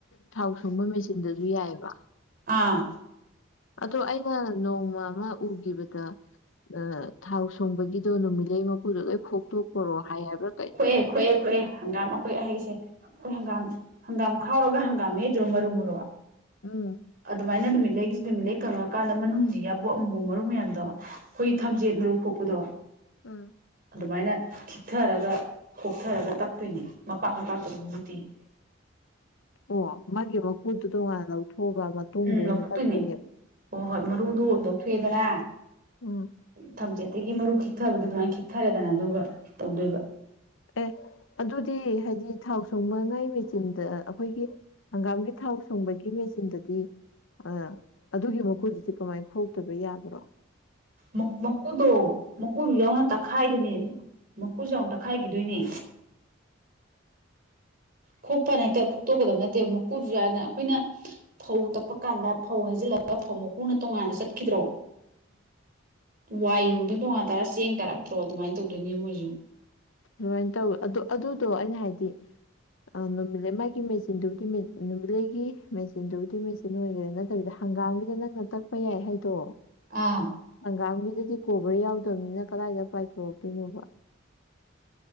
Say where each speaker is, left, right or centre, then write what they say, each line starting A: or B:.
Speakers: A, on the left (about 70°); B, on the right (about 45°).
A: ꯊꯥꯎ ꯁꯨꯡꯕ ꯃꯦꯆꯤꯟꯗꯖꯨ ꯌꯥꯏꯑꯦꯕ
B: ꯑꯥ
A: ꯑꯗꯣ ꯑꯩꯅ ꯅꯣꯡꯃ ꯃ ꯎꯒꯤꯕꯗ ꯑ ꯊꯥꯎ ꯁꯨꯡꯕꯒꯤꯗꯣ ꯅꯨꯃꯤꯠꯂꯩ ꯃꯀꯨꯗꯣ ꯂꯣꯏ ꯈꯣꯛꯇꯣꯛ ꯄꯨꯔꯣ ꯍꯥꯏ ꯍꯥꯏꯕ꯭ꯔ
B: ꯈꯣꯑꯦ ꯈꯣꯑꯦ ꯈꯣꯑꯦ ꯍꯪꯒꯥꯝ ꯑꯈꯣꯏ ꯑꯍꯩꯁꯦ ꯈꯣꯏ ꯍꯪꯒꯥꯝ ꯍꯪꯒꯥꯝ ꯈꯥꯎꯔꯒ ꯍꯪꯒꯥꯝ ꯌꯥꯩꯗ꯭ꯔꯣ ꯃꯔꯨ ꯃꯔꯨ
A: ꯎꯝ
B: ꯑꯗꯨꯃꯥꯏꯅ ꯅꯨꯃꯤꯠꯂꯩꯒꯤꯖꯨ ꯅꯨꯃꯤꯠꯂꯩ ꯀꯪꯉꯀꯥꯟꯗ ꯃꯅꯨꯡꯖꯤ ꯌꯥꯕꯣꯛ ꯑꯃꯨꯕꯣꯛ ꯃꯔꯨ ꯃꯌꯥꯝꯗꯣ ꯈꯣꯏ ꯊꯝꯖꯦꯠ
A: ꯎꯝ
B: ꯃꯔꯨ ꯈꯣꯛꯄꯗꯣ
A: ꯎꯝ
B: ꯗꯨꯃꯥꯏꯅ ꯈꯤꯛꯊꯔꯒ ꯈꯣꯛꯊꯔꯒ ꯇꯛꯇꯣꯏꯅꯦ ꯃꯄꯥꯛ ꯃꯄꯥꯛ <unintelligible>
A: ꯑꯣ ꯃꯥꯒꯤ ꯃꯀꯨꯗꯣ ꯇꯣꯉꯥꯟꯅ ꯂꯧꯊꯣꯛꯑꯒ ꯃꯇꯣꯡꯗꯣ
B: ꯎꯝ
A: ꯑꯣꯏꯅ
B: ꯂꯧꯊꯣꯛꯇꯣꯏꯅꯦ
A: ꯇꯛꯇꯣꯏꯅꯦꯕ
B: ꯍꯣ ꯍꯣꯏ ꯃꯔꯨꯗꯣ ꯂꯧꯊꯣꯛꯑꯦꯗꯅꯥ
A: ꯎꯝ
B: ꯊꯝꯖꯦꯠꯇꯒꯤ ꯃꯔꯨ ꯈꯤꯛꯊꯕꯗꯣ ꯑꯗꯨꯃꯥꯏꯟ ꯈꯤꯛꯊꯔꯦꯗꯅ ꯑꯗꯨꯒ ꯇꯧꯗꯣꯏꯕ
A: ꯑꯦ ꯑꯗꯨꯗꯤ ꯍꯥꯏꯗꯤ ꯊꯥꯎ ꯁꯨꯡꯕꯉꯩ ꯃꯦꯆꯤꯟꯗ ꯑꯈꯣꯏꯒꯤ ꯍꯪꯒꯥꯝꯒꯤ ꯊꯥꯎ ꯁꯨꯡꯕꯒꯤ ꯃꯦꯆꯤꯟꯗꯨꯗꯤ ꯑ ꯑꯗꯨꯒꯤ ꯃꯀꯨꯗꯨꯗꯤ ꯀꯃꯥꯏꯟ ꯈꯣꯛꯇꯣꯏꯕ ꯌꯥꯕ꯭ꯔꯣ
B: ꯃꯛ ꯃꯀꯨꯗꯣ ꯃꯀꯨꯗꯨ ꯌꯥꯎꯅ ꯇꯛꯈꯥꯏꯗꯨꯅꯦ ꯃꯀꯨꯖꯨ ꯌꯥꯎꯅ ꯇꯛꯈꯥꯏꯒꯤꯗꯣꯏꯅꯦ ꯈꯣꯛꯄꯅ ꯍꯦꯛꯇ ꯈꯣꯛꯇꯣꯛꯀꯗꯕ ꯅꯠꯇꯦ ꯃꯨꯀꯨꯖꯨ ꯌꯥꯎꯅ ꯑꯈꯣꯏꯅ ꯐꯧ ꯇꯛꯄ ꯀꯥꯟꯗ ꯐꯧ ꯍꯩꯖꯤꯜꯂꯒ ꯐꯧ ꯃꯀꯨꯅ ꯇꯣꯡꯉꯥꯟꯅ ꯆꯠꯈꯤꯗ꯭ꯔꯣ ꯋꯥꯏꯔꯨꯗꯨꯟ ꯇꯣꯉꯥꯟ ꯇꯔꯥ ꯆꯦꯡ ꯇꯥꯔꯛꯇ꯭ꯔꯣ ꯑꯗꯨꯃꯥꯏꯟ ꯇꯧꯗꯣꯏꯅꯦ ꯃꯣꯏꯖꯨ
A: ꯑꯃꯥꯏꯟ ꯇꯧꯕ ꯑꯗꯨ ꯑꯗꯨꯗꯣ ꯑꯩꯅ ꯍꯥꯏꯗꯤ ꯑꯥ ꯅꯨꯃꯤꯠꯂꯩ ꯃꯥꯒꯤ ꯃꯦꯆꯤꯟꯗꯨꯕꯨꯗꯤ ꯅꯨꯃꯤꯠꯂꯩꯒꯤ ꯃꯦꯆꯤꯟꯗꯨꯕꯨꯗꯤ ꯃꯦ ꯆꯤꯟ ꯑꯣꯏꯒꯦꯔꯥ ꯅꯠꯇꯕꯤꯗ ꯍꯪꯒꯥꯝꯒꯤꯗ ꯅꯪꯅ ꯇꯛꯄ ꯌꯥꯏ ꯍꯥꯏꯗꯣ
B: ꯑꯥ
A: ꯍꯪꯒꯥꯥꯡꯝꯒꯤꯗꯨꯗꯤ ꯀꯣꯕꯔ ꯌꯥꯎꯗꯝꯅꯤꯅ ꯀꯗꯥꯏꯗ ꯄꯥꯏꯊꯣꯔꯛꯇꯣꯏꯅꯣꯕ